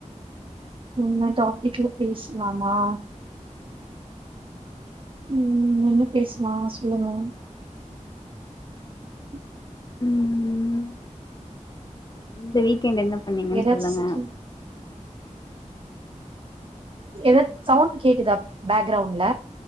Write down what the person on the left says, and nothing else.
ம்ம் இந்த வீக்கெண்ட் என்ன பண்ணீங்கன்னு
சொல்லுங்க